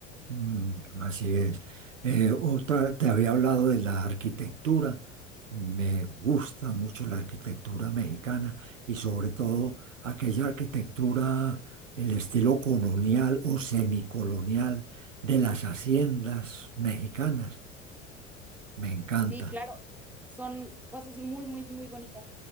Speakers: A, on the right (about 80°); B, in the centre.
A: mm, así es. Eh, otra, te había hablado de la arquitectura. Me gusta mucho la arquitectura mexicana y sobre todo aquella arquitectura, el estilo colonial o semicolonial de las haciendas mexicanas. Me encanta.
B: Sí, claro, son cosas muy, muy, muy bonitas.